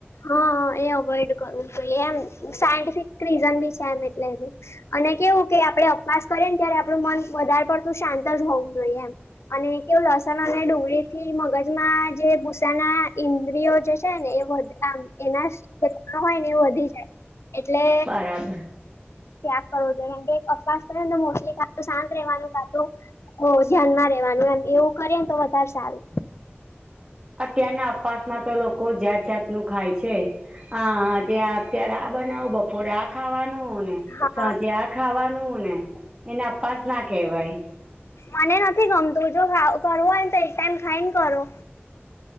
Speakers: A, on the left; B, on the right.
A: હા એ અવોઈડ કરવું તો એમ સાયન્ટિફિક રીઝન બી છે એમ એટલે એનું અને કેવું કે આપડણે અપવાસ કરીએ ને ત્યારે આપણું મન વધારે પડતું શાંત જ હોવું જોઈએ એમ અને કેવું લસણ અને ડુંગળી થી મગજમાં જે ગુસ્સાના ઇન્દ્રિયો જે છે. છે ને એ વધે આ એના જે તત્વો <unintelligible> હોય ને એવ વધી જાય એટલે
B: બરાબર
A: ત્યાગ કરવો જોઈએમ કે અપવાશ કરીને મોસ્ટલી કા શાંત રેવાનું કા તો હો ધ્યાનમાં રેવાનું એમ એવું કરે ને તો વધારે સારું.
B: અત્યારના અપાસમાં તો લોકો જાત જાતનું ખાય છે આ ત્યાં અત્યારે આ બનાવો બપોરે આ ખાવાનું ને
A: હા
B: સાજ્યા ખાવાનું. ને એને અપાસ ના કહેવાય.
A: મને નથી ગમતું જો કરવું હોય ને તો એક ટાઈમ ખાઈને કરો.